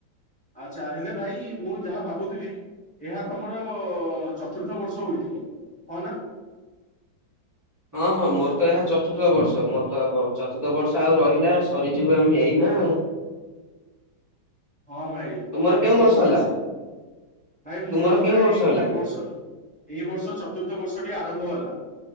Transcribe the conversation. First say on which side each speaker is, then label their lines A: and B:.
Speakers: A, in the centre; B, on the right.
A: ଆଚ୍ଛା ହେଲେ ଭାଇ ମୁଁ ଯାହା ଭାବୁଥିବି। ଏହା ତମର ଚତୁର୍ଥ ବର୍ଷ ହୋଇଥିବ ହଁ ନା?
B: ହଁ ହଁ ମୋର ତ ଏହା ଚତୁର୍ଥ ବର୍ଷ ମୋର ତ ପ ଚତୁର୍ଥ ବର୍ଷ ଆଉ ରହିଲା ସରିଯିବ ଆମ୍ ଏଇନା ଆଉ।
A: <inaudible> ହ ହଁ ଭାଇ
B: ତୁମର
A: କଥା
B: କେଉଁ
A: ଟିକେ
B: ବର୍ଷ
A: କହିଲ
B: ହେଲା?
A: ଭାଇ ମୋର
B: ତୁମର
A: ମଧ୍ୟ
B: କେଉଁ ବର୍ଷ
A: ଏଇ
B: ହେଲା
A: ବର୍ଷ ଅ ଇଏ ବର୍ଷ ଚତୁର୍ଥ ବର୍ଷ ଟି ଆରମ୍ଭ ହେଲା।